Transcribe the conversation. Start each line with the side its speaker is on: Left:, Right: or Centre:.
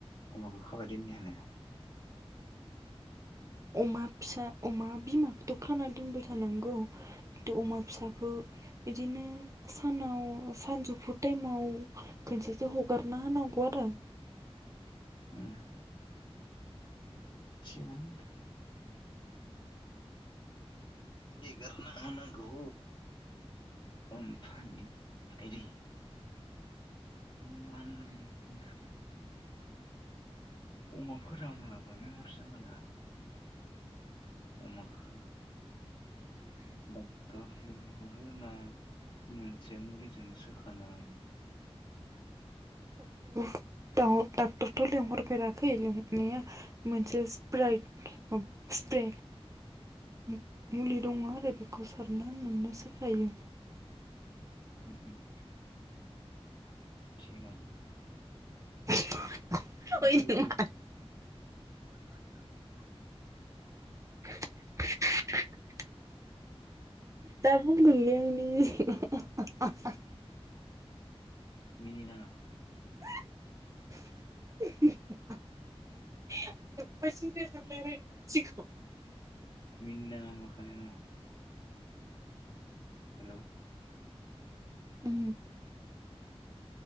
Left: अमाखौ खाबाय दिननायानो
Right: अमा फिसा अमा बिमाखौथ' खाना दोनबाय थानांगौ अमा फिसाखौ बिदिनो सानाव सानजौफु टाइमाव खनसेसो हगारना होनांगौ आरो
Left: उम थिगानो एगारना होनांगौ ओमफ्राय आइदै मा होनगोन बेखौ अमाफोरा मालाबा बेमार जाबाला अमाखौ डक्टर लिंहरो ना मोनसे मुलिजों सोखानो हायो
Right: डाक्टारथ डाक्टारथ'लेंहरफेराखै लिंहरनाया मोनसे स्फ्रायड स्फ्रे मुलि
Left: उम
Right: दङ आरो बेखौ सारना
Left: उम
Right: <unintelligible> थायो
Left: ओम ओम थिगानो
Right: <unintelligible>
Left: ओमफ्राय बे
Right: <unintelligible> दा बुंगोन बे आं <unintelligible>
Left: मिनि नांआ
Right: <unintelligible>
Left: मिनिनाङा होमबा खोनाया नामा? हेलौ
Right: ओम